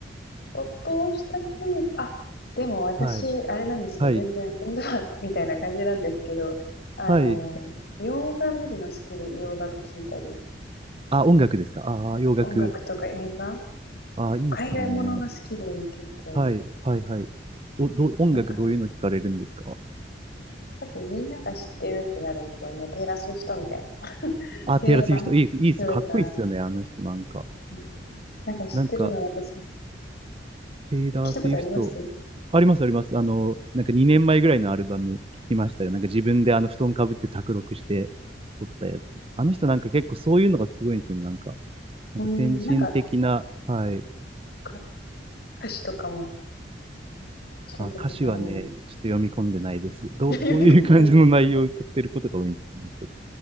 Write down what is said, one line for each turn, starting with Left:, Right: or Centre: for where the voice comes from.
Left: 没頭した趣味、あ、でも私、
Right: はい。
Left: あれなんですよ。
Right: はい。
Left: 全然、運動みたいな感じなんですけど、あの、
Right: はい。
Left: 洋画見るの好きで、洋楽聴いたり、
Right: あ、音楽ですかああー、洋楽。
Left: 音楽とか映画、
Right: ああ、いいっすね。
Left: 海外ものが好きで、結構、
Right: はい。はい、はい。お、どう、音楽どういうの聞かれるんですか
Left: なんか、多分みんなが知ってるってなると、もうテイラー・スウィフトみたいな、
Right: あ、
Left: 定番とか、
Right: テイラー・スウィフト。いい、いいっす。かっこいいっすよね、あの人なんか。
Left: うん、なんか知ってるの、
Right: なんか、
Left: 私、聞
Right: テイラー・
Left: いたことあります
Right: スウィフト。あります、あります。あの、なんか2年前ぐらいのアルバム聞きましたよ。なんか自分であの布団かぶって卓録して撮ったやつ。あの人なんか結構そういうのがすごいんですよね、なんか。なんか先進的な、
Left: うん、なんか、
Right: はい。
Left: か歌詞とかも、そういうとこがある。
Right: あ、歌詞はね、ちょっと読み込んでないです。どう、
Left: <laughs>
Right: どういう感じの内容を歌ってることが多いんですね。
Left: よりかな